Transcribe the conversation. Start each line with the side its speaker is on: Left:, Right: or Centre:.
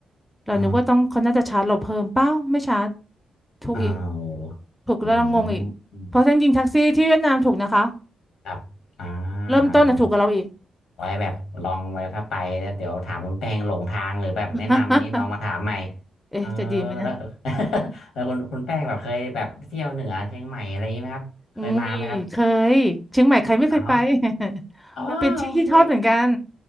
Centre: เรานึกว่าต้องเขาน่าจะชาร์จเราเพิ่มเปล่าไม่ชาร์จ
Left: อ๋อ
Centre: ถูกอีก
Left: อ้าว
Centre: ถูกแล้วเรางงอีกเพราะจริงๆแท็กซี่ที่เวียดนามถูกนะคะ
Left: อืมครับอ่า
Centre: เริ่มต้นน่ะถูกกว่าเราอีก
Left: อ่าอ่า ไว้แบบลองไว้ถ้าไปเนี่ยเดี๋ยวถามคุณแป้งหลงทางหรือแบบแนะนำนี้ลองมาถามใหม่
Centre: <laughs> เอ๊ะจะดีไหมนะ
Left: เออแล้ว <laughs> แล้วคุณคุณแป้งแบบเคยแบบเที่ยวเหนือเชียงใหม่อะไรอย่างนี้ไหมครับเคยมาไหมครับ
Centre: อุ้ยเคยเชียงใหม่ใครไม่เคยไป
Left: อ๋อ
Centre: <laughs>
Left: อ๋อโอเค
Centre: มันเป็นที่ที่ทอดเหมือนกัน